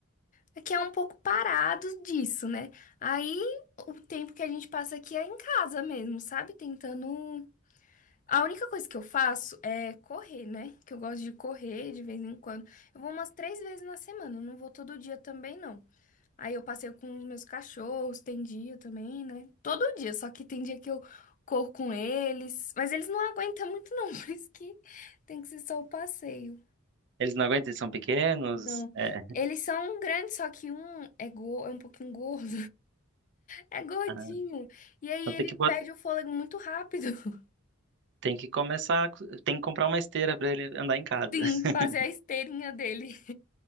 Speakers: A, on the left; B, on the right.
A: É que é um pouco parado disso, né? Aí o tempo que a gente passa aqui é em casa mesmo, sabe? Tentando. A única coisa que eu faço é correr, né? Que eu gosto de correr de vez em quando. Eu vou umas três vezes na semana, eu não vou todo dia também, não. Aí eu passeio com os meus cachorros, tem dia também, né? Todo dia, só que tem dia que eu corro com eles. Mas eles não aguentam muito, não, <laughs> por isso que tem que ser só o passeio.
B: Eles não aguentam, eles são pequenos.
A: Não.
B: É. <laughs>
A: Eles são grandes, só que um é, go é um pouquinho gordo. É gordinho.
B: Ah,
A: E aí
B: então
A: ele
B: tem que, bot-
A: perde o fôlego muito rápido. <laughs>
B: tem que começar, a co- tem que comprar uma esteira pra ele andar em casa.
A: Sim,
B: <laughs>
A: fazer a esteirinha dele.